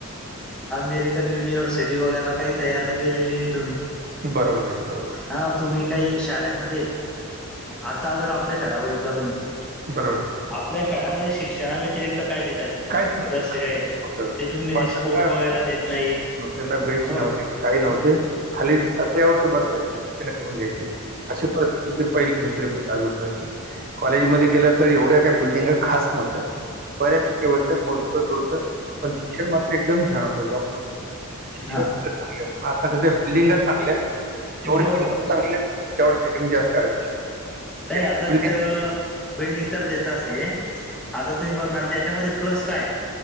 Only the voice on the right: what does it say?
बरोबर आहे बरोबर आहे..
बरोबर
काहीच नव्हतं
खाली
नव्हतं
बस
आता
नव्हते ना बेंच
नव्हते ना काही नव्हते खाली चटयावरती बसायच करून घ्यायचे अशी परिस्थिती होती पहिले दुसरी पासून दहावीपर्यंतचे कॉलेजमध्ये गेलं तर एवढ्या काही बिल्डिंग खास नव्हत्या बऱ्यापेकी होत मोडक तोडक शिक्षण मात्र एकदम छान होतं डॉक्टर शिक्षण
चांगले आहेत आता कस बिल्डिंगच चांगल्या जेवढे
बिल्डिंग चांगले तेवढ्या ठिकाणी जास्त ऍडमिशन
एक
बिल्डिंग